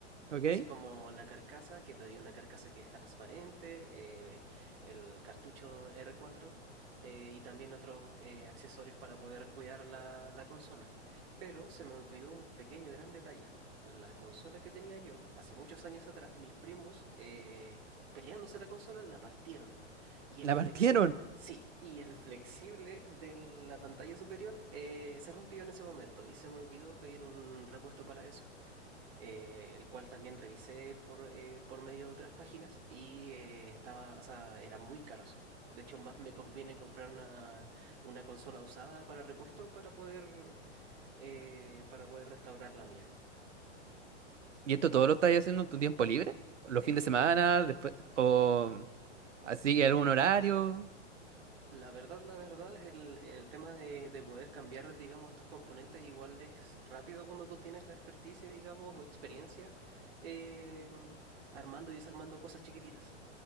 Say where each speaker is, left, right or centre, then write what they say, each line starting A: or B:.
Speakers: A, on the right; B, on the right.
A: ¿Ok?
B: Así como la carcasa, que pedí una carcasa que es transparente, eh, el cartucho R4 eh, y también otros eh, accesorios para poder cuidar la, la consola. Pero se me olvidó un pequeño gran detalle. La consola que tenía yo, hace muchos años atrás, mis primos, eh, peleándose la consola, la partieron. Y el
A: La
B: flexible,
A: partieron.
B: sí, y el flexible de la pantalla superior eh, se rompió en ese momento y se me olvidó pedir un repuesto para eso eh, el cual también revisé por, eh, por medio de otras páginas y eh, estaba, o sea, eran muy caros. De hecho, más me conviene comprar una, una consola usada para repuesto para poder, eh, para poder restaurar la mía.
A: ¿Y esto todo lo estás haciendo en tu tiempo libre? ¿Los
B: Eh,
A: fines de semana? Después... O... Así, ¿algún horario?
B: la verdad, la verdad, es el, el tema de, de poder cambiar, digamos, estos componentes igual es rápido cuando tú tienes la experticia, digamos, o experiencia eh, armando y desarmando cosas chiquititas.